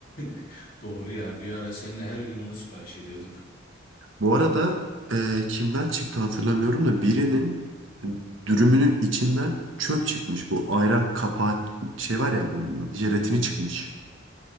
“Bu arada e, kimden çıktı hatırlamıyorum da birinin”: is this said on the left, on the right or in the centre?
Right